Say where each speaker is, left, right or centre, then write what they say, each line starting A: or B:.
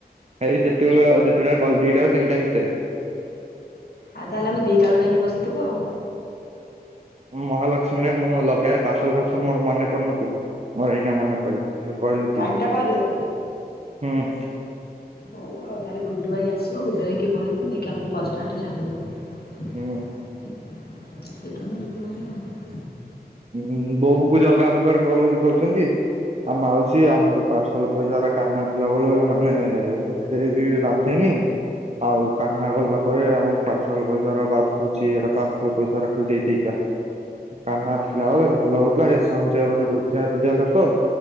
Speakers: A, on the right; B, on the left.
A: ଏଇ ଯେତେବେଳ ଯେତୁଟା କହିବୁ ଦିଟାରୁ ତିନିଟା ଭିତରେ।
B: ଆଉ ତାହେଲେ ଆମେ ଦିଟା ବେଳ ଯାଇକ ବସିଥିବୁ ଆଉ।
A: ମହାଲକ୍ଷ୍ମୀରେ ମୁଁ ଲଗାଏ ପାର୍ସଲ ଫାର୍ସଲ ମୋର ମନେ ପଡୁନଥିଲା ମୋର ଏଇନା ମନେ ପଡିଲା। କହିଲ
B: ଟାଇମ
A: ଦିଇଟା
B: ଟା କହିଦେଲଠୁ
A: ହୁଁ।
B: ହଉ ଆଉ ତାହେ ଗୁଡୁ ଭାଇ ଆସିବ ଗୁଡୁ ଭାଇକି କହିଦବୁ ନେଇକି ଆମକୁ ବସ ଷ୍ଟାଣ୍ଡ ରେ ଛାଡିଦବ।
A: ହୁଁ।
B: ସେଇଟୁ ଆମେ ଯିବୁ ଭାରି ଆଉ।
A: ଉ ବୋଉ କୁ ଜଗ ଆମୁଁ <unintelligible> କରୁଛନ୍ତି। ଆ ମାଉସୀ ଆମକୁ ପାର୍ସଲ ପଇସା ଉରା କାହ୍ନା ଥିଲା ବେଳେ ମାନେ ସେ ବି ବାଧେନି ଆଉ କାହ୍ନା ଗଲା ପରେ ଆମକୁ ପାର୍ସଲ ପଇସା ଉରା ବାଧୁଚି ଏରା ପାର୍ସଲ ପଇସା ଖାଲି ଦେଇ ଦେଇେକା। କାହ୍ନା ଥିଲା ବଳେ ଭଲ ହଉଥିଲା, ଏ ସଞ୍ଜୟ ଗୋଟେ ବୁଝା ସୁଝା ଲୋକ।